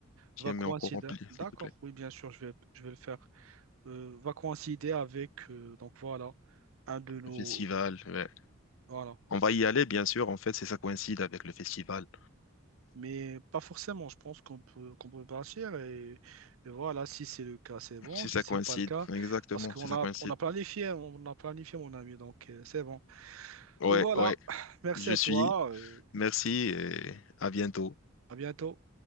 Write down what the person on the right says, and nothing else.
Va coïncider.
D'accord,
oui, bien sûr, je vais, je vais le faire. Euh, va coïncider avec, euh, donc voilà, un de nos...
Voilà.
Mais pas forcément, je pense qu'on peut, qu'on peut partir et, et voilà, si c'est le cas, c'est bon,
si
c'est
pas le cas,
parce qu'on
a,
on a planifié, on a planifié mon ami, donc euh, c'est bon.
Donc voilà,
<sighs> merci
à
toi, euh,
à bientôt.